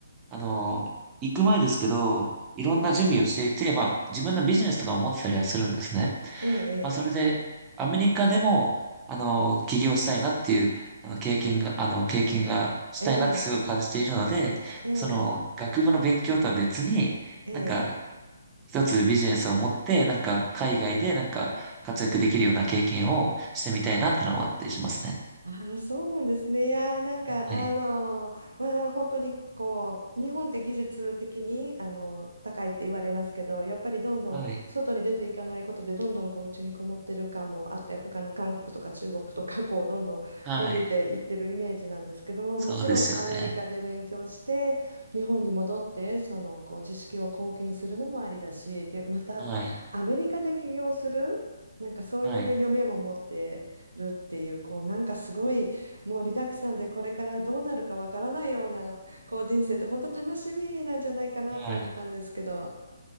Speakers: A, on the right; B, on the right.
A: あの行く前ですけど、いろんな準備をしていて、
B: ええ、
A: まあ自分のビジネスとかも持ってたりはするんですね。
B: ええ、
A: まあ、それで、アメリカでも、あの、起業したいなっていう、あの、経験が、あの、経験がしたいなってすごい感じているので、
B: ええ、ええ、
A: その、学部の勉強とは別に、
B: ええ、
A: なんか、一つビジネスを持って、なんか、海外で、なんか、活躍できるような経験をしてみたいなってのは思ったりしますね。
B: ああ、そうなんですね。いやー、なんか、
A: はい。
B: あのーまあ、本当にこう、日本って技術的に、あのー高いって言われますけど、やっぱりどんどん外に出ていかないことで、
A: はい。
B: どんどんこう、家にこもってる感もあって、他の韓国とか中国とか、こう、どんどん伸びていってるイメージなんですけど、
A: はい。
B: まあ、
A: そうですよね。
B: もちろんアメリカで勉強して、日本に戻って、その、こう、知識を貢献するのもありだし、で、また、
A: はい。
B: アメリカで起業する、なんかそういう夢も持って、
A: はい。
B: るっていう、こうなんかすごいもうリダックさんでこれからどうなるかわからないようなこう人生って本当楽しみなんじゃないかなって思ったんですけど、
A: はい。